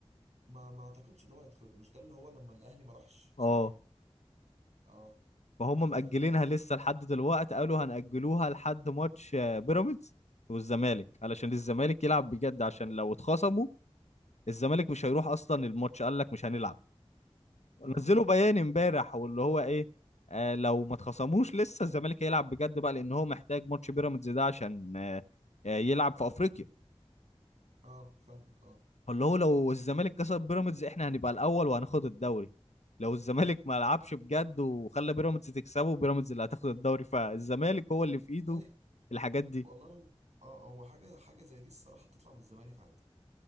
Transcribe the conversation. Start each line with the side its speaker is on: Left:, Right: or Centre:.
Right: ما ما اعتقدش اللي هو هيدخل مش ده اللي هو لما الاهلي ما راحش صح
Left: اه
Right: اه
Left: فهم
Right: اه
Left: مأجلينها لسه لحد دلوقتي قالوا هنأجلوها لحد ماتش آه، بيراميدز والزمالك علشان الزمالك يلعب بجد عشان لو اتخصموا الزمالك مش هيروح اصلا الماتش قال لك مش هنلعب
Right: اه,
Left: نزلوا بيان امبارح واللي هو ايه آه لو ما اتخصموش لسه الزمالك هيلعب بجد بقى لان هو محتاج ماتش بيراميدز ده عشان آه آه، يلعب في افريقيا
Right: آه فاهمك اه
Left: فاللي هو لو الزمالك كسب بيراميدز احنا هنبقى الاول وهناخد الدوري لو الزمالك
Right: مم.
Left: ما لعبش بجد وخلى بيراميدز تكسبه بيراميدز اللي هتاخد الدوري فالزمالك هو اللي في ايده
Right: والله
Left: الحاجات دي
Right: والله اه هو حاجة حاجة زي دي الصراحة تطلع من الزمالك عادي